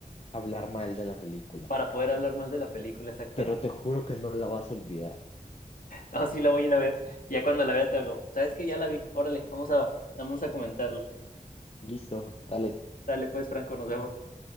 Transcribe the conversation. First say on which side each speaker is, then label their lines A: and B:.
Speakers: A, on the left; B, on the left.
A: hablar mal de la película,
B: para poder hablar mal de la película, exactamente.
A: pero te
B: <laughs>
A: juro que no la vas a olvidar.
B: No, sí la voy a ir a ver, ya cuando la vea te hablo. ¿Sabes que Ya la vi, órale, vamos a, vamos a comentarlo.
A: Listo, dale.
B: Dale pues, Franco, nos vemos.